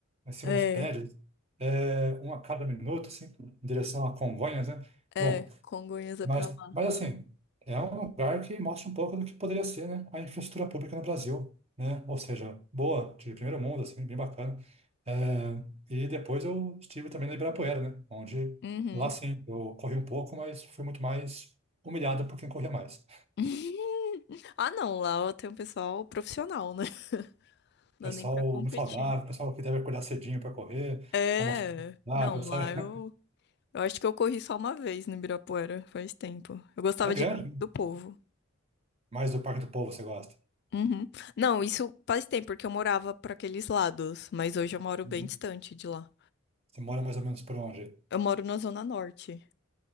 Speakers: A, on the right (about 30°); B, on the left (about 50°).
A: em cima
B: É,
A: dos prédios, é, um a cada minuto, assim, em direção a Congonhas, né?
B: é,
A: Bom.
B: Congonhas é
A: Mas,
B: pra lá.
A: mas assim, é um lugar que mostra um pouco do que poderia ser, né, a infraestrutura pública no Brasil, né? Ou seja, boa, de primeiro mundo, assim, bem bacana. É, e depois eu estive também no Ibirapuera, né? Onde
B: Uhum.
A: lá sim, eu corri um pouco, mas fui muito mais humilhado por quem corria mais.
B: <laughs> Ah, não, lá eu um pessoal profissional, né? <laughs> Não
A: Pessoal
B: dá nem pra competir.
A: muito saudável, pessoal que deve acordar cedinho para correr,
B: É,
A: para mostrar que é saudável,
B: não, lá
A: sabe?
B: eu,
A: <laughs>
B: eu acho que eu corri só uma vez no Ibirapuera, faz tempo. Eu gostava
A: É grande,
B: de
A: né?
B: do povo.
A: mas do Parque do Povo você gosta.
B: Uhum. Não, isso faz tempo, porque eu morava pra aqueles lados, mas hoje eu moro
A: Uhum.
B: bem distante de lá.
A: Você mora mais ou menos por onde?
B: Eu moro na Zona Norte.